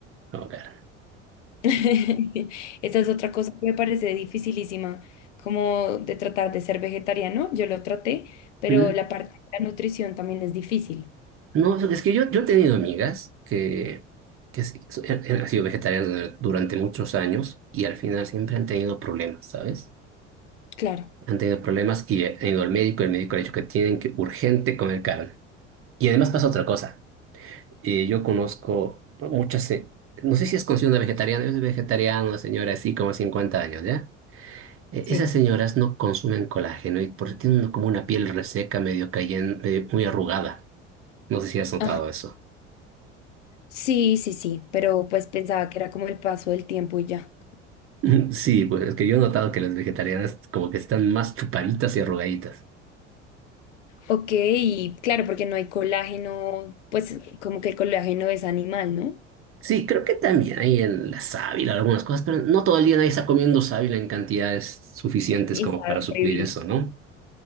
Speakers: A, on the right; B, on the left.
A: Como carne.
B: <laughs> Esa es otra cosa que me parece dificilísima, como de tratar de ser vegetariano. Yo lo traté, pero
A: ¿Mm?
B: la parte de la nutrición también es difícil.
A: No, es que yo, yo he tenido amigas que, que s- so- han han sido vegetarianas dur- durante muchos años y al final siempre han tenido problemas, ¿sabes?
B: Claro.
A: Han tenido problemas y han ido al médico, el médico le ha dicho que tienen que urgente comer carne. Y además pasa otra cosa. eh, yo conozco muchas, se- no sé si es considerada una vegetariana, es vegetariana, una señora así como 50 años, ¿ya? Eh,
B: Sí.
A: Esas señoras no consumen colágeno y por eso tienen como una piel reseca, medio cayendo, muy arrugada. No sé si has notado
B: Ajá.
A: eso.
B: Sí, sí, sí, pero pues pensaba que era como el paso del tiempo y ya.
A: <laughs> Sí, pues es que yo he notado que las vegetarianas como que están más chupaditas y arrugaditas.
B: Ok, y claro, porque no hay colágeno, pues como que el colágeno es animal, ¿no?
A: Sí, creo que también hay en la sábila algunas cosas, pero no todo el día nadie está comiendo sábila en cantidades suficientes
B: Y
A: como
B: sabe
A: para suplir
B: horrible.
A: eso, ¿no?